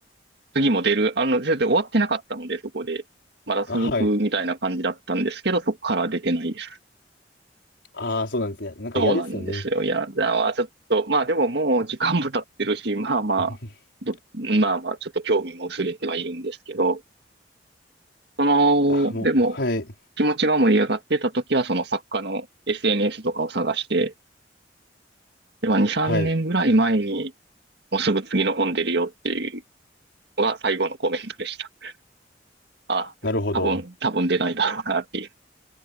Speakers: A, on the right (about 65°); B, on the left (about 75°).
A: 次も出る。あの、それで終わってなかったので、そこで。まだ続くみたいな感じだったんですけど、
B: あ、はい。
A: そこから出てないです。
B: ああ、そうなんですね。なんか嫌ですよね。
A: そうなんですよ。いや、じゃあ、ちょっと、まあでももう時間も経ってるし、<laughs> まあまあ、
B: <laughs>
A: どまあまあ、ちょっと興味も薄れてはいるんですけど、その、
B: あもう、
A: でも、
B: はい。
A: 気持ちが盛り上がってた時は、その作家の SNS とかを探して、で、まあ2、3年ぐらい前に、
B: はい。
A: もうすぐ次の本出るよっていうのが最後のコメントでした。<laughs> あ、
B: なるほど。
A: 多分、多分出ないだろうなっていう。